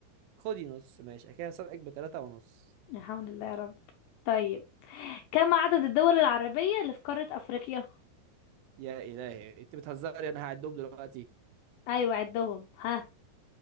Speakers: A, on the right; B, on the left.
A: خدي نص ماشي أنا كده مسابقك بتلاتة ونص
B: الحمد لله يا رب طيب كم عدد الدول العربية اللي في قارة افريقيا
A: يا إلهي انت بتهزري انا هعدهم دلوقتي
B: ايوه عدهم ها